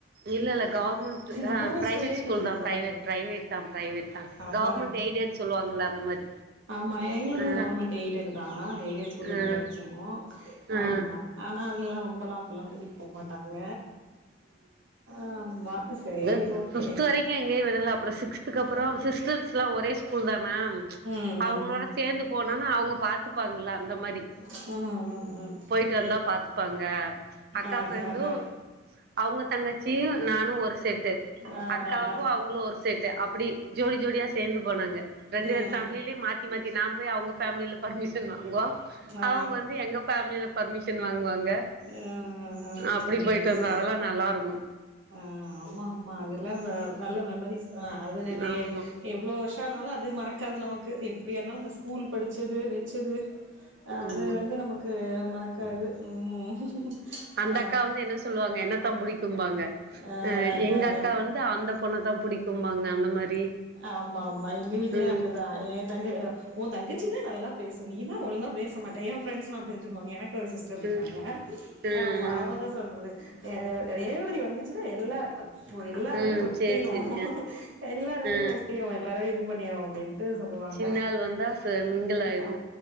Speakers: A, on the right (about 50°); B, on the right (about 75°).
A: இல்ல இல்ல கவர்மெண்ட்
B: கவர்மெண்ட்
A: ஆ பிரைவேட்
B: ஸ்கூல்லயே
A: ஸ்கூல்
B: கூட்டிட்டு
A: தா
B: போனாங்களா
A: பிரைவேட் ப்ரைவேட்தா பிரைவேட்தா
B: அதானே
A: கவர்மெண்ட் எய்டடுன்னு சொல்லுவாங்கல்ல அந்த மாரி
B: ஆமா எங்களோடதும்
A: ஆ
B: கவர்மெண்ட் எய்டடு தா எய்டடு ஸ்கூல்லதா
A: ஆ
B: படிச்சோ
A: ஆ
B: ஆமா ஆனா அதுலலா ரொம்பலா அப்டிலா கூட் டு போ மாட்டாங்க, ஆமா சேரி
A: இ
B: ஓகே
A: பிப்த் வரைக்கு எங்கேயு விடல அப்றோ சிக்ஸ்துக்கு அப்புறோ சிஸ்டர்ஸ் எல்லா ஒரே ஸ்கூல்தானா
B: ம்
A: அவுங்களோட
B: ம் ம்
A: சேந்து போனன்னா அவுங்க பாத்துப்பாங்கல்ல அந்த மாரி
B: ம், ம், ம்
A: ட்டு வந்தா பாத்துப்பாங்க அக்கா
B: ஆ
A: ஃபிரெண்டு
B: ஆ ஆ
A: அவுங்க தங்கச்சியு நானு ஒரு செட்டு
B: ஆ
A: அக்காவு
B: ஆ ஆ
A: அவுங்களு ஒரு செட்டு அப்டி ஜோடி ஜோடியா சேந்து போனங்க ரெண்டு
B: ம்
A: பேர் ஃபேமிலிலயு
B: ம்
A: மாத் தி மாத்தி நா போய் அவுங்க ஃபேமிலில பர்மிஷன் வாங்குவோ
B: ஆ
A: அவுங்க வந்து எங்க ஃபேமிலில பர்மிஷன் வாங்குவாங்க
B: ஆ ஆ
A: அப்டி
B: சேரி
A: போயிட்டு வந்தோ
B: சேரி
A: அதெல்லா நல்லா இருக்கு
B: ஆ ஆமா ஆமா அதெல்லா அ நல்ல மெமரிஸ்தா அது நம்ம
A: ஆமா
B: எப் எவ்ளோ வருஷ ஆனாலு அது மறக்காது நமக்கு எப்டியா இருந்தாலு அந்த ஸ்கூல் படிச்சது வச்சது அது
A: ஆமா
B: வந்து நமக்கு மறக்காது, ம்
A: ம், அந்த
B: ஆ
A: அக்கா வந்து என்ன சொல்லுவாங்க என்னத்தா புடிக்கும்பாங்க
B: ஆ
A: அ எங்க
B: ஆ
A: அக்கா
B: ஆ
A: வந் து அந்த பொண்ணதா புடிக்கும்பாங்க அந்த மாரி
B: ஆமா ஆமா எங்க வீட்லயு
A: ம்
B: அப்டிதா எ தங்க உ தங்கச்சிதா நல்லா பேசும் நீதா ஒழுங்கா பேச மாட்ட எ ஃப்ரெண்ட்ஸ் எல்லா அப்டிதா சொல்லுவாங்க எனக்கு ஒரு சிஸ் டர் இருக்காங்க
A: ம்
B: அ
A: ம்
B: ஆமா அவ்ளோதா
A: ம்
B: சொல்றது எ ரேவதி வந்துச்சுன்னா எல்லா சோ எல்லாரோடையு
A: ம்
B: ஒட்டிரு
A: சேரி சேரி
B: எல்லாரோடையு
A: ஆ ஆ
B: ஒட்டிரும் எல்லாரோடையு இது பண்ணிரு அப்டின்ட்டு சொல் லுவாங்க
A: சின்னாள் வந்தா ச மிங்கிள் ஆயிரு
B: அ